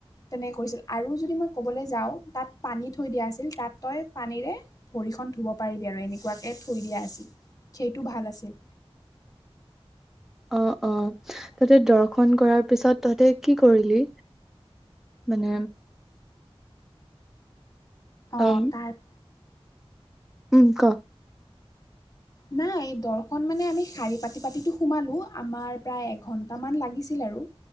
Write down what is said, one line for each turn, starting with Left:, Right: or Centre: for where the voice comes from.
Left: তেনেকে কৰিছিল আৰু যদি মই ক'বলৈ যাওঁ, তাত পানী থৈ দিয়া আছিল তাত তই পানীৰে ভৰি খন ধুব পাৰিবি আৰু এনেকুৱা কে থৈ দিয়া আছিল সেইটো ভাল আছিল।
Centre: অ অ তহতে দৰ্শন কৰাৰ পিছত তহতে কি কৰিলি? মানে
Left: অ
Centre: অম
Left: তাৰ
Centre: উম ক।
Left: নাই দৰ্শন মানে আমি শাৰী পাতি পাতিটো সোমালো, আমাৰ প্ৰায় এঘন্টা মান লাগিছিলে। আৰু।